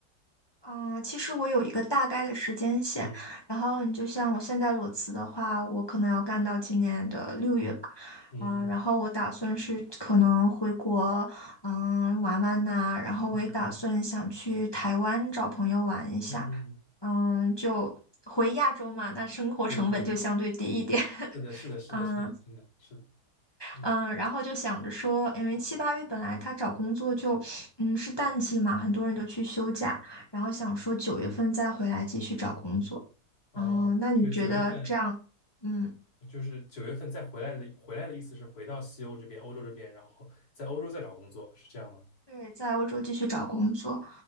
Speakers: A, on the left; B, on the left.
A: 嗯，其实我有一个大概的时间线，
B: 嗯
A: 然后你就像我现在裸辞的话，我可能要干到今年的六月吧，
B: 嗯嗯
A: 嗯，然后我打算是可能回国，嗯，玩玩呐、然后我也打算想去台湾找朋友玩一下，
B: 嗯嗯嗯嗯，
A: 嗯，就回亚洲嘛，那生活成本就相对低一点，
B: 对对对，
A: <laughs>
B: 是的，是的，是的，
A: 嗯，
B: 是的，真的是的，嗯，
A: 嗯，然后就想着说，因为七八月本来他找工作就，嗯，是淡季嘛，很多人都去休假，
B: 对，
A: 然后想说九月份再回来继续找工作。
B: 哦，
A: 嗯，那你觉得这样，
B: 就是九月份，
A: 嗯，
B: 就是九月份再回来的，回来的意思是回到西欧这边，欧洲这边，然后在欧洲再找工作，是这样吗？
A: 对，在欧洲继续找工作，